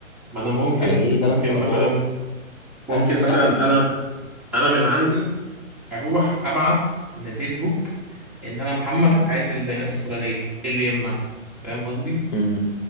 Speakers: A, in the centre; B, on the left.
A: ما أنا ممكن
B: أنا جاي لي ثلاث
A: ممكن
B: طلبات
A: مثلا ممكن
B: أنهي بتاع
A: مثلا
B: أنهي
A: أنا أنا من عندي أروح أبعت لفيسبوك إن أنا محمد عايز البيانات الفلانية إيه اللي يمنع فاهم قصدي؟
B: امم